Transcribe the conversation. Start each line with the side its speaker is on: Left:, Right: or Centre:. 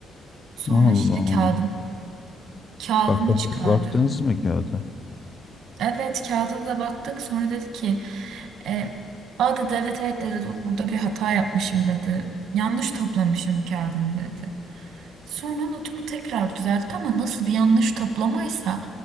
Right: Sonra
Left: Allah Allah.
Right: işte kağıdım kağıdımı
Left: Bak,
Right: çıkardı.
Left: baktınız mı kağıda?
Right: Evet kağıda da baktık sonra dedi ki e, aa dedi evet evet dedi dur burada bir hata yapmışım dedi. Yanlış toplamışım kağıdını dedi. Sonra notumu tekrar düzeltti ama nasıl bir yanlış toplamaysa